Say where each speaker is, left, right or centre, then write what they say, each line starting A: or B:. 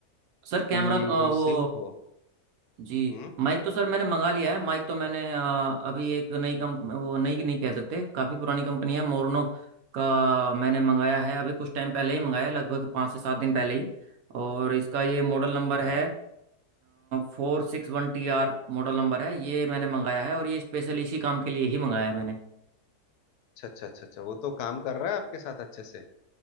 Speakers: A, on the right; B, on the left.
A: सर कैमरा
B: कि
A: अ,
B: वो
A: वो
B: सिंक हो
A: जी
B: हम्म
A: माइक तो सर मैंने मंगा लिया है माइक तो मैंने अ, अभी एक नई कंप वो नई नहीं कह सकते काफ़ी पुरानी कंपनी है मोरनो का मैंने मंगाया है अभी कुछ टाइम पहले ही मंगाया लगभग पाँच से सात दिन पहले ही और इसका ये मॉडल नंबर है
B: हाँ
A: फोर सिक्स वन टी आर मॉडल नंबर है ये मैंने मंगाया है और ये स्पेशल इसी काम के लिए ही मंगाया है मैंने
B: अच्छा अच्छा अच्छा अच्छा वो तो काम कर रहा है आपके साथ अच्छे से